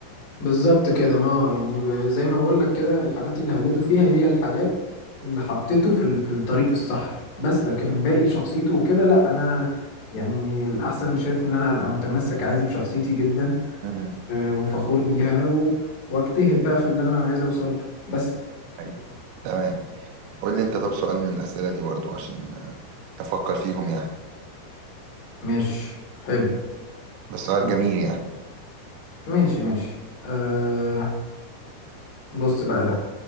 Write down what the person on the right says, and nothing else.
امم
ايوه تمام قول لي انت طب سؤال من الاسئله دي برضو عشان آه، افكر فيهم يعني
بس سؤال
جميل يعني